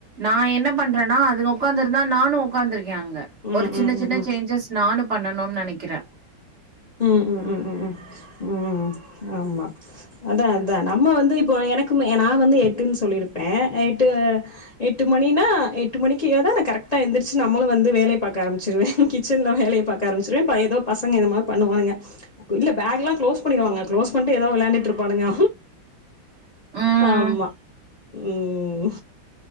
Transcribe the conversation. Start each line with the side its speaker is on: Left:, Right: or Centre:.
Right: நா என்ன பண்றேனா அதுங்க உக்காந்துருந்தா நானு உக்காந்துருக்கே அங்க
Left: ம்
Right: ஒரு
Left: ம்
Right: சின்ன சின்ன
Left: ம் ம்
Right: சேஞ்சஸ் நானு பண்ணனுனு நெனைக்கிறே
Left: ம், ம், ம், ம், ம், ஆமா அதா அதா நம்ம வந்து இப்போ எனக்குமே நா வந்து எட்டுன்னு சொல்லியிருப்பே ஆ எட்டு எட்டு மணினா எட்டு மணிக்கி ஏதா நா கரெக்டா எந்திரிச்சு நம்முளு வந்து வேலய பாக்க ஆரம்ச்சுருவே கி ச்சன்ல வேலய பாக்க ஆரம்ச்சிருவ ப எதோ பசங்க எதுமா பண்ணுவானுங்க இல்ல பேக் எல்லா க்ளோஸ் பண்ணிருவாங்க க்ளோஸ் பன்ட்டு எதோ வெளையாண்ட்டுட் இருப்பானுங்க
Right: ம்
Left: ஆமா ம்